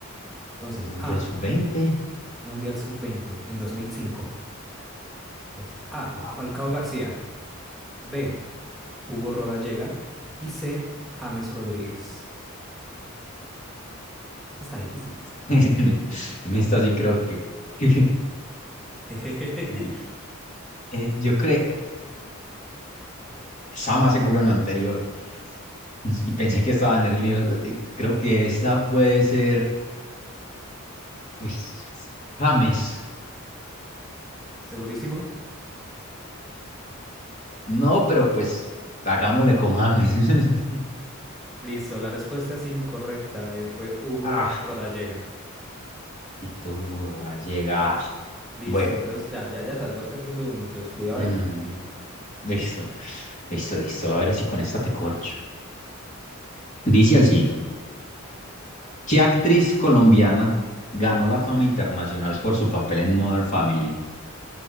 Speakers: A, in the centre; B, on the left.
A: Entonces,
B: Un Mundial
A: A,
B: sub veinte
A: Mundial Sub-20 en 2005. Entonces, A,
B: wow.
A: Falcao García, B, Hugo Rodallega y C, James Rodríguez. Esa está difícil.
B: <laughs> En esta sí creo que... <laughs>
A: <laughs>
B: Y, eh, yo creo, estaba más seguro en la anterior y pensé que estaba nervioso. Eh, Creo que esta puede ser, pues, James.
A: ¿Segurísimo?
B: No, pero pues, hagámosle con James. <laughs>
A: Listo, la respuesta es incorrecta, eh, fue Hugo
B: Ah,
A: Rodallega.
B: Víctor Hugo llega
A: Listo,
B: Bueno,
A: entonces ya, ya, ya sabes, vas perdiendo uno, entonces cuidado
B: mm,
A: ahí.
B: listo, listo, listo. A ver si con esta te corcho. Dice así: ¿Qué actriz colombiana ganó la fama internacional por su papel en Modern Family?